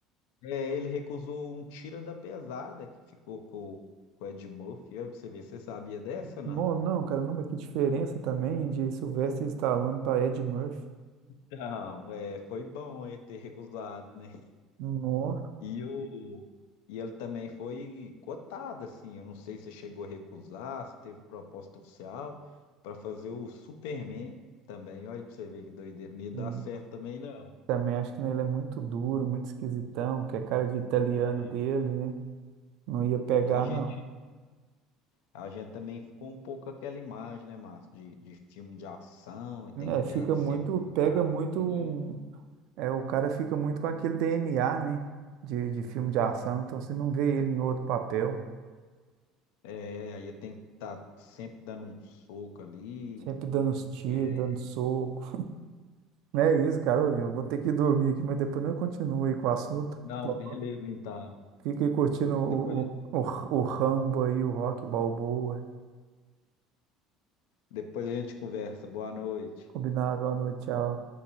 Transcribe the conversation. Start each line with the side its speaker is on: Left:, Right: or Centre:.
Left: É, ele recusou um tira da pesada que ficou com, com o Ed Murphy. Olha pra você ver, você sabia dessa ou
Right: Não,
Left: não?
Right: não, cara, não, mas que diferença também de Sylvester Stallone para Ed Murphy.
Left: Não, é, foi bom ele ter recusado, né?
Right: Nó.
Left: E, o, e ele também foi cotado, assim. Eu não sei se chegou a recusar, se teve proposta oficial para fazer o Superman também. Olha pra você ver que doideira. Não ia dar
Right: Hum.
Left: certo também, não.
Right: Também acho que né, ele é muito duro, muito esquisitão, que é cara de italiano
Left: É,
Right: dele, né? Não ia pegar,
Left: E a gente,
Right: não.
Left: a gente também ficou um pouco com aquela imagem, né, Márcio, de, de filme de ação, e tem
Right: É,
Left: que
Right: fica
Left: ter
Right: muito,
Left: sempre uma
Right: pega
Left: arma
Right: muito
Left: ali.
Right: um. É, o cara fica muito com aquele DNA, né? De, de filme de ação, então você não vê ele em outro papel.
Left: É, aí tem que estar sempre dando um soco ali.
Right: Sempre dando uns tiros,
Left: que-
Right: dando soco. Não é isso, cara. Eu vou ter que dormir aqui, mas depois eu continuo aí com o assunto.
Left: Não,
Right: Então,
Left: beleza, então.
Right: fica aí curtindo o,
Left: Depois,
Right: o, o, o Rambo aí, o Rock Balboa.
Left: depois a gente conversa. Boa noite.
Right: Combinado, boa noite, tchau.